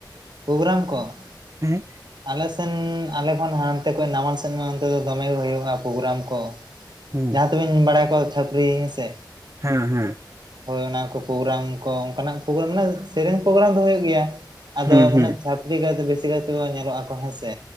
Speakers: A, on the right; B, on the right.
A: ᱯᱨᱳᱜᱨᱟᱢ ᱠᱚ?
B: ᱦᱮᱸ
A: ᱟᱞᱮ ᱥᱮᱱ ᱟᱞᱮ ᱠᱷᱚᱱ ᱦᱟᱱᱛᱮ ᱠᱷᱚᱱ ᱱᱟᱢᱟᱟᱞ ᱥᱮᱱ ᱢᱟ ᱚᱱᱛᱮ ᱫᱚᱢᱮ ᱦᱩᱭᱩᱜᱼᱟ ᱯᱳᱜᱮᱨᱟᱢ ᱠᱚ᱾
B: ᱦᱩᱸ
A: ᱡᱟᱦᱟᱸ ᱛᱮᱵᱤᱧ ᱵᱟᱲᱟᱭ ᱠᱚᱣᱟ ᱪᱟᱹᱠᱨᱤ ᱦᱮᱸᱥᱮ?
B: ᱦᱮᱸ ᱦᱮᱸ
A: ᱦᱳᱭ ᱚᱱᱟ ᱠᱚ ᱯᱳᱜᱮᱨᱟᱢ ᱠᱚ ᱚᱱᱠᱟᱱᱟᱜ ᱯᱳᱜᱮᱨᱟᱢ ᱢᱟᱱᱮ ᱥᱮᱨᱮᱧ ᱯᱳᱜᱮᱨᱟᱢ ᱫᱚ ᱦᱩᱭᱩᱜ ᱜᱮᱭᱟ᱾ ᱟᱫᱚ
B: ᱦᱩᱸ ᱦᱩᱸ
A: ᱩᱱᱟ ᱪᱷᱟᱟᱹᱯᱨᱤ ᱠᱟᱭ ᱫᱚ ᱵᱮᱥᱤ ᱠᱟᱭᱛᱮᱜ ᱧᱮᱞᱚᱜᱼᱟ ᱠᱚ ᱦᱮᱸᱥᱮ᱾